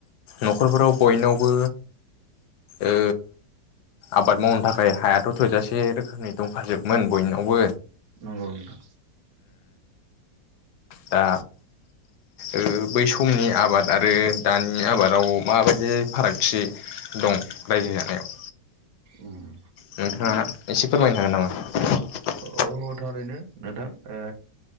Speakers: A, on the left; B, on the right.
A: न'खरफोराव बयनावबो ओ आबाद मावनो थाखाय हायाथ' थोजासे रोखोमनि दंखाजोबमोन बयनावबो
B: नंगौ नोथा
A: दा ओ बै समनि आबाद आरो दानि आबादाव माबायदि फारागथि दं रायजो जानायाव
B: ओम
A: नोंथाङा एसे फोरमायनो हागोन नामा
B: अ थारैनो नोंथां ओ